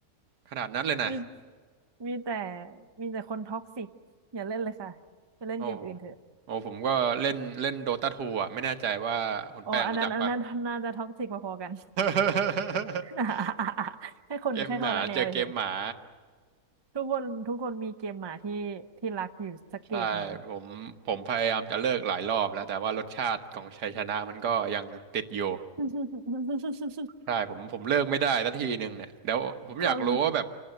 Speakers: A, on the right (about 85°); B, on the right (about 20°).
A: ขนาดนั้นเลยนะ
B: มีมีแต่มีแต่คนท็อกซิกอย่าเล่นเลยค่ะไปเล่นเกมอื่นเถอะ
A: โอ้โหโอ้ผมก็เล่นเล่น Dota 2อ่ะไม่แน่ใจว่าคุณแป้งรู้จักปะ
B: อ๋ออันนั้นอันนั้นน่าจะท็อกซิกพอๆกัน
A: <laughs>
B: <laughs> แค่คนแค่คนละแนวเฉย
A: เกมหมาเจอเกมหมา
B: ทุกคนทุกคนมีเกมหมาที่ที่รักอยู่สักเกมหนึ่ง
A: ใช่ผมผมพยายามจะเลิกหลายรอบแล้วแต่ว่ารสชาติของชัยชนะมันก็ยังติดอยู่
B: <laughs>
A: ใช่ผมผมเลิกไม่ได้สักทีหนึ่งเนี่ยเดี๋ยวผมอยากรู้ว่าแบบ
B: คน